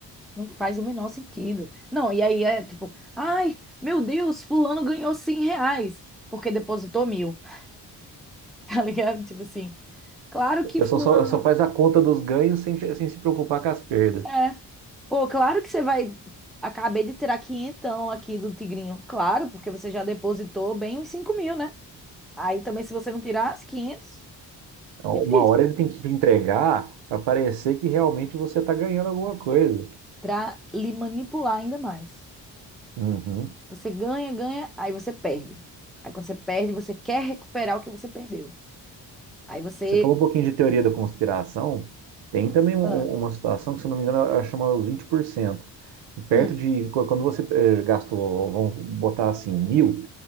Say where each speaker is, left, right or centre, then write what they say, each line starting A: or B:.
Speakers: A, in the centre; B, on the right.
A: Não faz o menor sentido. Não, e aí é tipo, ai, meu Deus, fulano ganhou 100 reais porque depositou mil, <laughs> tá ligado? Tipo assim. Claro que
B: O pessoal
A: fulano
B: só, só faz a conta dos ganhos sem, sem se preocupar com as perdas.
A: É. Pô, claro que você vai. Acabei de tirar quinhentão aqui do Tigrinho. Claro, porque você já depositou bem uns cinco mil, né? Aí também, se você não tirar as 500
B: Então,
A: difícil.
B: uma hora ele tem que te entregar para parecer que realmente você está ganhando alguma coisa.
A: Pra lhe manipular ainda mais.
B: Uhum.
A: Você ganha, ganha, aí você perde. Aí quando você perde, você quer recuperar o que você perdeu. Aí você.
B: Você falou um pouquinho de teoria da conspiração. Tem também um-
A: Ah,
B: um- uma situação que, se eu não me engano, ela chama os 20%. E perto
A: hum,
B: de qu- quando você eh, gastou, vamos botar assim, mil,